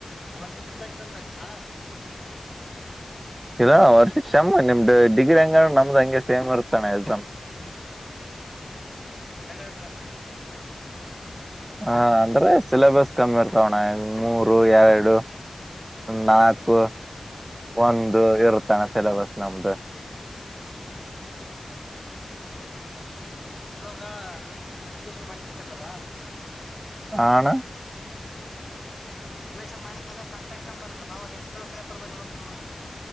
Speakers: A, on the left; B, on the right.
A: ವರ್ಷ ಬಂದ ಎಕ್ಸಾಮ್ ಬರ್ತನಾ
B: ಇಲ್ಲ ವರ್ಷ ಕ್ಷ ನಿಮ್ದು ಡಿಗ್ರಿ ಹಂಗಣ ನಮ್ದ್ ಹಂಗೆ ಸೇಮ್ ಇರ್ತಾನೆ ಎಸ್
A: ಎಡತ
B: ಹ ಅಂದ್ರೆ ಸಿಲೆಬಸ್ ಕಮ್ಮಿ ಇರ್ತಾವಣ್ಣ ಮೂರು ಎರಡು ನಾಲ್ಕು ಒಂದು ಇರುತ್ತಾನ ಸಿಲೆಬಸ್ ನಮ್ದು
A: ಇವಾಗ ಅಡ್ಮಿಷನ್ ಮಾಡಿರ್ತಿರಲ್ಲ
B: ಆಣ
A: ಅಷನ್ ಮಾಡಿದ್ಮೇಲೆ ಫಸ್ಟ್ ಎಕ್ಸಾಮ್ ಬರ್ತ್ತಲ್ಲ ಅವಾಗ ಎಷ್ಟು ಪೇಪರ್ ಬರೀಬೇಕು ನೀವು